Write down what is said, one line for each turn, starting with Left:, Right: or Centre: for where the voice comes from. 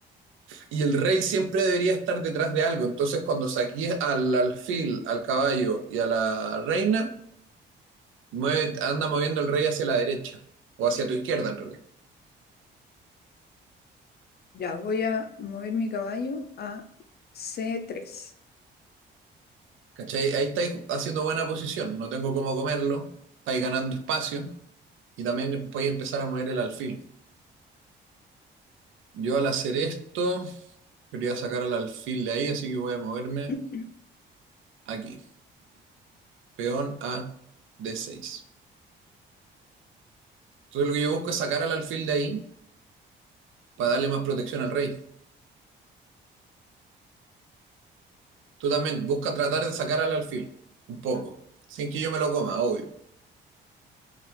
Right: y el rey siempre debería estar detrás de algo. Entonces, cuando saquís al alfil, al caballo y a la reina, mueve- anda moviendo el rey hacia la derecha o hacia tu izquierda, en realidad.
Left: Ya voy a mover mi caballo a c tres
Right: ¿Cachai? Ahí estáis haciendo buena posición, no tengo cómo comerlo, estáis ganando espacio y también podéis empezar a mover el alfil. Yo al hacer esto, quería sacar al alfil de ahí, así que voy a moverme
Left: <clears throat>
Right: aquí. Peón a D6. Entonces lo que yo busco es sacar al alfil de ahí para darle más protección al rey. Tú también busca tratar de sacar al alfil, un poco, sin que yo me lo coma, obvio.